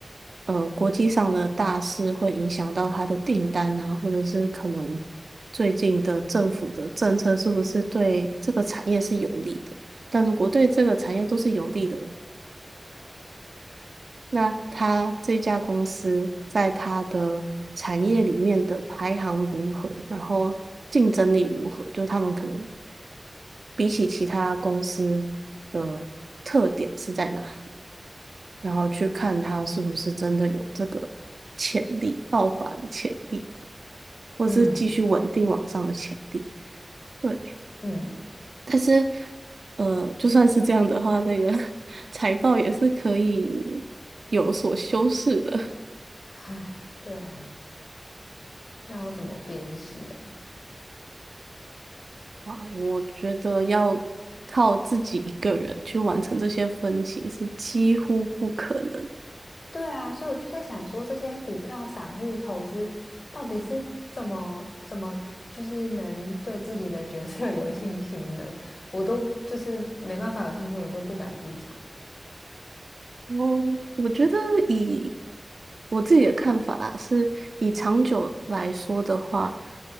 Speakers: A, on the right; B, on the left.
A: 呃国际上的大事会影响到他的订单啊，或者是可能最近的政府的政策是不是对这个产业是有利的？但如果对这个产业都是有利的，那他这家公司在他的产业里面的排行如何，然后竞争力如何？就他们可能比起其他公司的特点是在哪，然后去看它是不是真的有这个潜力、爆发的潜力，或是继续稳定往上的潜力。
B: 嗯
A: 对，
B: 嗯，
A: 但是呃，就算是这样的话，那个 <laughs> 财报也是可以有所修饰的。
B: 唉，对啊，那要怎么辨识啊？
A: 啊，我觉得要靠自己一个人去完成这些分析是几乎不可能。
B: 对啊，所以我就在想说，这些股票散户投资到底是怎么怎么，就是能对自己的角色 <laughs> 有信心呢？我都就是没办法有信心，我都不敢进场。
A: 哦，我觉得以我自己的看法啊，是以长久来说的话，